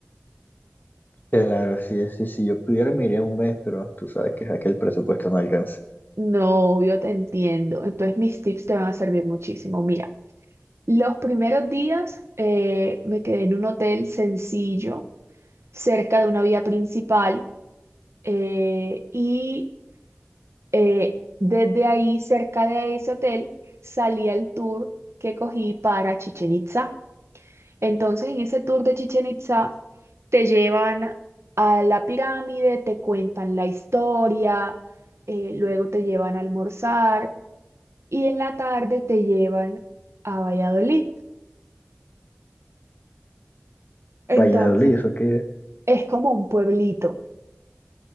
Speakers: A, on the left; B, on the right.
A: Claro, así es, sí, si yo pudiera me iría un mes, pero tú sabes que, es que el presupuesto no alcanza.
B: No, yo te entiendo. Entonces mis tips te van a servir muchísimo. Mira. Los primeros días eh, me quedé en un hotel sencillo, cerca de una vía principal, eh, y eh, desde ahí, cerca de ese hotel, salí al tour que cogí para Chichen Itza. Entonces, en ese tour de Chichen Itza, te llevan a la pirámide, te cuentan la historia, eh, luego te llevan a almorzar y en la tarde te llevan a Valladolid. Entonces,
A: Valladolid, eso que
B: es como un pueblito.